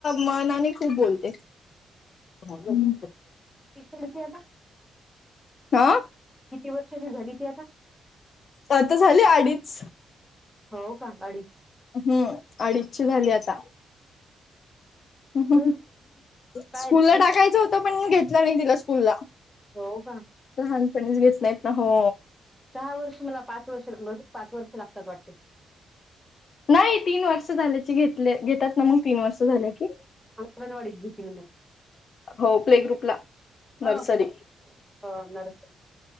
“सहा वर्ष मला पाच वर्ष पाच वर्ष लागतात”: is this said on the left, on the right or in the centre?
Centre